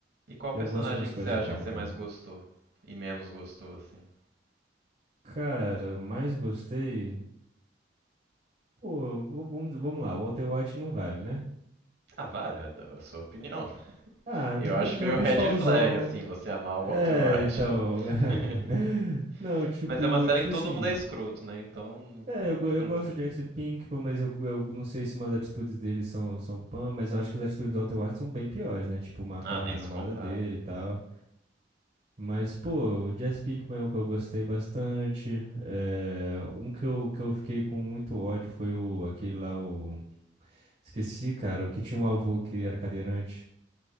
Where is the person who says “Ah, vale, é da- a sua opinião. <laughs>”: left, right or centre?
Right